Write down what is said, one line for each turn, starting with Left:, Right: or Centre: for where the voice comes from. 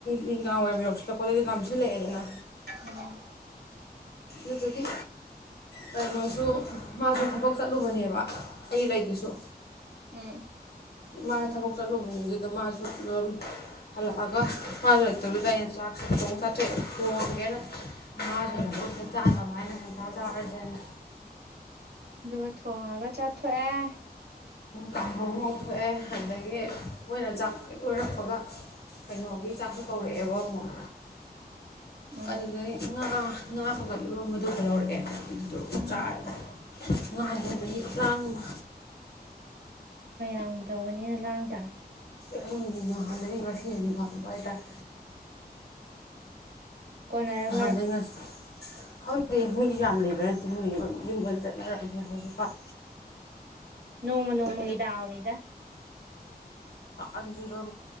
Left: ꯅꯨꯡꯗꯥꯡ ꯋꯥꯏꯔꯝ ꯌꯧꯁꯤꯜꯂꯛꯄꯗꯗꯤ ꯉꯥꯝꯁꯤꯜꯂꯛꯑꯦꯗꯅ
Right: ꯎꯝ
Left: ꯑꯗꯨꯗꯨꯒꯤ ꯀꯩꯅꯣꯁꯨ ꯃꯥꯁꯨ ꯊꯕꯛ ꯆꯠꯂꯨꯕꯅꯦꯕ ꯑꯩ ꯂꯩꯗꯨꯁꯨ
Right: ꯎꯝ
Left: ꯃꯥ ꯊꯕꯛ ꯆꯠꯂꯨꯕꯅꯤꯗꯨꯗ ꯃꯥꯁꯨ ꯗꯨꯝ ꯍꯜꯂꯛꯑꯒ ꯃꯥꯁꯨ ꯂꯩꯇꯕꯗꯨꯗ ꯑꯩꯅ ꯆꯥꯛꯁꯦ ꯊꯣꯡ ꯆꯥꯊꯣꯛꯑ ꯊꯣꯡꯒꯦꯅ ꯃꯥꯁꯨ ꯑꯗꯨ ꯑꯃ ꯍ ꯆꯥꯟꯅꯕ ꯍꯥꯏꯅ ꯅꯤꯡꯄꯥꯥ ꯆꯥꯈꯔꯁꯤꯅꯤ
Right: ꯑꯗꯨꯨꯒ ꯊꯣꯡꯉꯒ ꯆꯥꯊꯣꯛꯑꯦ
Left: ꯀꯥꯡꯍꯧꯑꯝ ꯉꯧꯊꯣꯛ ꯊꯣꯛꯑꯦ ꯑꯗꯒꯤ ꯃꯣꯏꯅ ꯆꯥꯛ ꯍꯦꯛ ꯂꯣꯏꯔꯛꯄꯒ ꯀꯩꯅꯣꯒꯤ ꯆꯥꯛꯁꯨ ꯀꯧꯔꯛꯑꯦꯕ ꯑꯃꯨꯛ
Right: ꯎꯝ
Left: ꯑꯗꯨꯗꯩ ꯉꯥ ꯉꯥꯒ ꯏꯔꯣꯝꯕꯗꯨꯒ ꯂꯧꯔꯛꯑꯦ ꯑꯗꯨꯗꯣ
Right: ꯎꯝ
Left: ꯆꯥꯔꯅꯤ ꯉꯥꯅꯦꯅ ꯃꯍꯤ ꯈꯨꯂꯥꯡ ꯑꯃ
Right: ꯃꯌꯥꯝꯒꯤ ꯇꯧꯕꯅꯤꯅ ꯂꯥꯡ ꯇꯥꯝ
Left: ꯈꯪꯗꯦ <unintelligible> ꯅꯍꯥꯟꯗꯩ ꯉꯁꯤꯅ ꯍꯦꯟ ꯂꯥꯡꯕ ꯍꯥꯏ ꯇꯥꯔꯦ
Right: ꯀꯣꯟꯅꯔꯝꯃꯔꯣꯏ
Left: ꯅꯍꯥꯟꯗꯩ ꯉ ꯈꯪꯗꯦ ꯃꯤꯁꯨ ꯌꯥꯝ ꯂꯩꯕ ꯅꯠꯇꯦ ꯅꯣꯏ <unintelligible> ꯌꯨꯝ ꯂꯣꯏ ꯆꯠꯅꯔꯝꯃꯅꯤ ꯍꯧꯖꯤꯛꯀꯥꯟ
Right: ꯅꯣꯡꯃ ꯅꯣꯡꯃꯒꯤ ꯗꯥꯎꯅꯤꯗ
Left: ꯑꯟꯗ